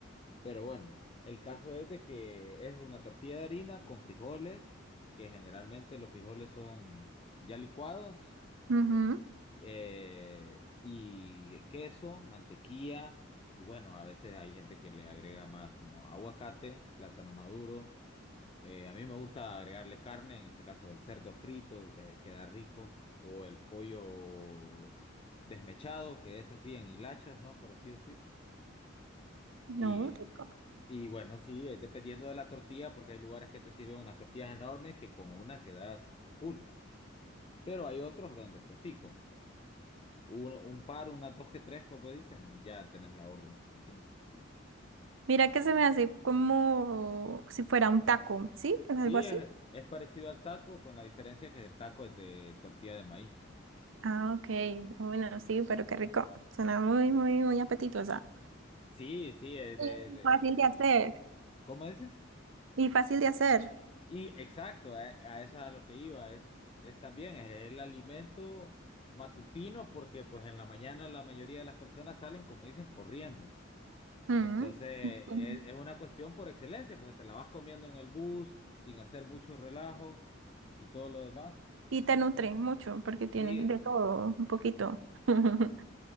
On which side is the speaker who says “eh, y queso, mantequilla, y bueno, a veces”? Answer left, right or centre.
Left